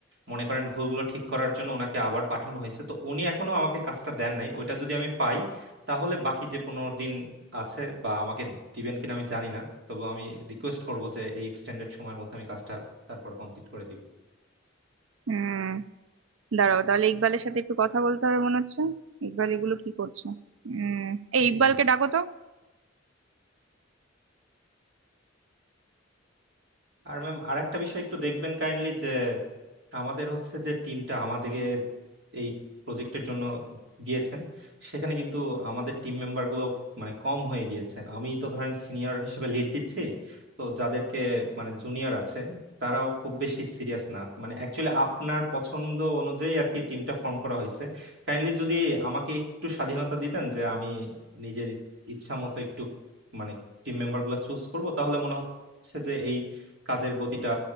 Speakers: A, on the right; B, on the right.
A: মনে করেন ভুলগুলো ঠিক করার জন্য ওনাকে আবার পাঠানো হয়েছে তো উনি এখনো আমাকে কাজটা দেন নাই ওইটা যদি আমি পাই তাহলে বাকি যে পনেরো দিন আছে বা আমাকে দিবেন কিনা আমি জানি না তবু আমি রিকোয়েস্ট করব যে এই এক্সটেন্ডেড সময়ের মধ্যে আমি কাজটা তারপর কমপ্লিট করে দিব
B: হুম দাঁড়াও তাহলে ইকবালের সাথে একটু কথা বলতে হবে মনে হচ্ছে ইকবাল এগুলো কি করছে উম এই
A: জি
B: ইকবালকে
A: জি
B: ডাকো তো
A: আর ম্যাম আর একটা বিষয় একটু দেখবেন কাইন্ডলি যে আমাদের হচ্ছে যে টিমটা আমাদেরকে এই প্রজেক্টের জন্য দিয়েছেন সেখানে কিন্তু আমাদের টিম মেম্বার গুলো মানে কম হয়ে গিয়েছে আমি তো ধরেন সিনিয়র হিসেবে লিড দিচ্ছি তো যাদেরকে মানে জুনিয়র আছে তারাও খুব বেশি সিরিয়াস না মানে অ্যাকচুয়ালি আপনার পছন্দ অনুযায়ী আর কি টিমটা ফর্ম করা হয়েছে কাইন্ডলি যদি আমাকে একটু স্বাধীনতা দিতেন যে আমি নিজের ইচ্ছা মতো একটু মানে টিম মেম্বার গুলো চুজ করবো তাহলে মনে হয় হচ্ছে যে এই কাজের গতিটা